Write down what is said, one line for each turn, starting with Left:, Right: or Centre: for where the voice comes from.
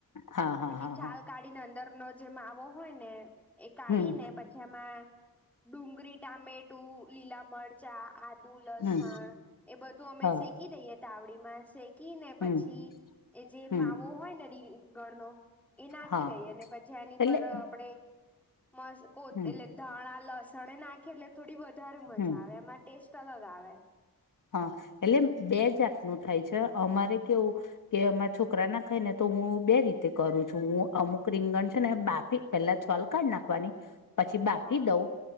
Left: હા હા
Centre: પછી
Left: હા
Centre: છાલ
Left: હા
Centre: કાઢીને અંદર નો જે માવો હોય ને એ કાઢી
Left: હમ
Centre: ને પ જેમાં ડુંગળી ટામેટું લીલા મરચાં આદુ લસણ
Left: હમ
Centre: એ બધું અમે
Left: હા
Centre: શેકી દઈએ તાવડી માં શે ઈએ ને પછી
Left: હમ
Centre: એ જે
Left: હમ
Centre: માવો હોય ને રીંગણનો એ નાખી
Left: હા
Centre: દઈએ અને પછી એની
Left: એટલે
Centre: પર આપણે મસ્ કો
Left: હમ
Centre: એટલે ધાણા લસણ એ નાખે એટલે થોડી વધારે મજા
Left: હમ
Centre: આવે એમાં ટેસ્ટ અલગ આવે.
Left: હ એટલે બે જાતનું થાય છે અમારે કેવું? કે અમારા છોકરા ના ખાય ને તો હું બે રીતે કરું છું હું અમુક રીંગણ છે ને બાફી પેલા છોલ કાઢ નાખવાની પછી બાફી
Centre: હા
Left: દઉં